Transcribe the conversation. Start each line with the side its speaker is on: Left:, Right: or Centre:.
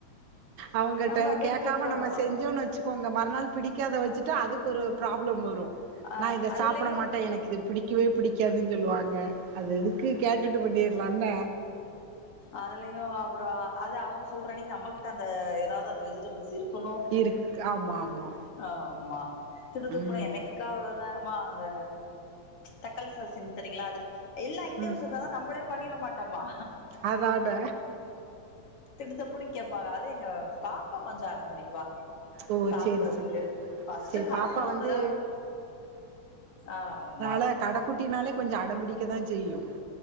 Right: அவுங்கட்ட
Left: நம்ம அப்டியே
Right: கேக்காம
Left: கேட்கணு
Right: நம்ம செஞ்சோன் வச்சு கோங்க மறுநாள் பிடிக்காத வச்சிட்டு அதுக்கு ஒரு ப்ராப்ளம் வரு
Left: அ
Right: நா இத
Left: அதுலயு
Right: சாப்ட மாட்ட எனக்கு இது பிடிக்கவே புடிக்காதுன் சொல்லுவாங்க அது எதுக்கு கேட்டுட்டு பண்ணிர்லான்ன
Left: அதுலயு அப்றோ அது அவுங்க சொல்றன்னகி நம்மகிட்ட அந்த ஏதாது அந்த வெஜிடபுள்ஸ் இருக்கணு
Right: இருக் ஆமா ஆமா
Left: ஆமா திடு திப்புனு
Right: ம்
Left: என்னைக் <unintelligible> மா அந்த தக்காளி சாஸ் செஞ்ச் தரிங்ளா அத எல்லா ஐட்டம்ஸ்
Right: ம்
Left: இருந்தா தா நம்பளே பண்ணிற மாட்டமா
Right: அதாட
Left: திடுதிப்புனு கேப்பாக அது எங்க பாப்பா கொஞ்ச அடம் புடிப்பா
Right: ஓ
Left: சாப்றதுக்கு
Right: சேரி சேரி
Left: ஃபஸ்ட்
Right: சேரி
Left: ஹருணு
Right: பாப்பா
Left: அப்டிதா
Right: வந்து
Left: ஆமா
Right: ல கடக் குட்டினாலே கொஞ்சோ அடம் பிடிக்க தா செய்யு